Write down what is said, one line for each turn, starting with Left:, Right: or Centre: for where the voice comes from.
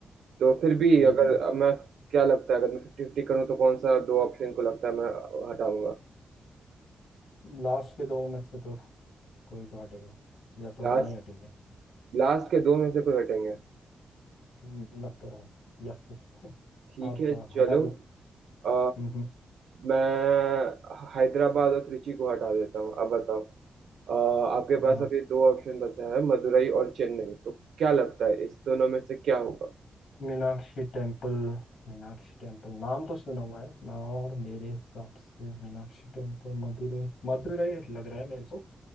Right: तो फिर भी
Left: हम्म
Right: अगर मैं क्या लगता है अगर मैं फिफ्टी फिफ्टी करूँ तो कौन सा दो ऑप्शन को लगता है मैं हटाऊंगा
Left: लास्ट के दो में से तो कोई तो हटेगा या तो
Right: लास्ट
Left: दोनों ही हटेंगे
Right: लास्ट के दो में से कोई हटेंगे
Left: हम्म, लग तो रहा है या फिर
Right: ठीक
Left: आप
Right: है
Left: अ,
Right: चलो
Left: हटा दी
Right: अ,
Left: हम्म
Right: मैं हैदराबाद और त्रिची को हटा देता हूँ अब बताओ अ, आपके
Left: अ,
Right: पास अभी दो ऑप्शन बचा है मदुरई और चेन्नई तो क्या लगता है इस दोनों में से क्या होगा
Left: मीनाक्षी टेम्पल मीनाक्षी टेम्पल नाम तो सुना हुआ है और मेरे हिसाब से मीनाक्षी टेम्पल मदुरई मदुरई लग रहा है मेरे को